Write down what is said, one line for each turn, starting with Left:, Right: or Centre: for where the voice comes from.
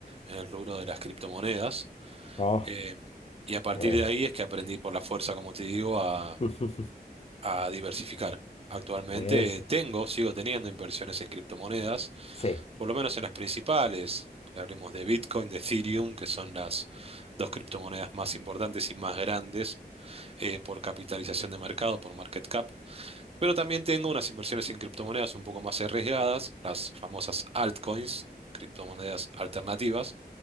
Right: en el rubro de las criptomonedas
Left: No,
Right: eh, y a partir
Left: es.
Right: de ahí es que aprendí por la fuerza, como te digo, a,
Left: <laughs>
Right: a diversificar. Actualmente
Left: Es.
Right: tengo, sigo teniendo inversiones en criptomonedas,
Left: Sí,
Right: por lo menos en las principales. Hablemos de Bitcoin, de Ethereum, que son las dos criptomonedas más importantes y más grandes eh, por capitalización de mercado, por market cap. Pero también tengo unas inversiones en criptomonedas un poco más arriesgadas, las famosas altcoins, criptomonedas alternativas,